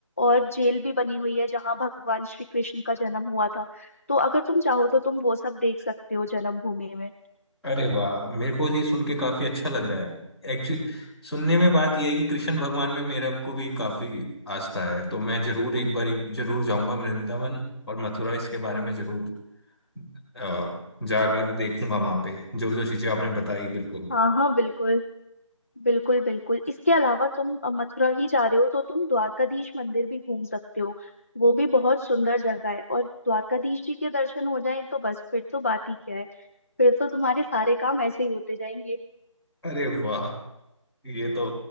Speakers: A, on the left; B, in the centre.
A: और जेल भी बनी हुई है जहाँ भगवान श्री कृष्ण का जन्म हुआ था तो अगर तुम चाहो तो तुम वो सब देख सकते हो जन्मभूमि में
B: अरे वाह मेरे को ये सुन के काफी अच्छा लग रहा है एक्चुअली सुनने में बात यह है कि कृष्ण भगवान में मेरा को भी काफी आस्था है तो मैं जरूर एक बार जरूर जाऊंगा वृंदावन और मथुरा इसके बारे में जरूर अ, जाकर देखूंगा वहां पे जो जो चीजें आपने बताई बिल्कुल
A: हाँ हाँ बिल्कुल बिल्कुल बिल्कुल इसके अलावा तुम अ, मथुरा ही जा रहे हो तो तुम द्वारकाधीश मंदिर भी घूम सकते हो वो भी बहुत सुंदर जगह है और द्वारकाधीश जी के दर्शन हो जाएं तो बस फिर तो बात ही क्या है फिर तो तुम्हारे सारे काम ऐसे ही होते जाएंगे
B: अरे वाह ये तो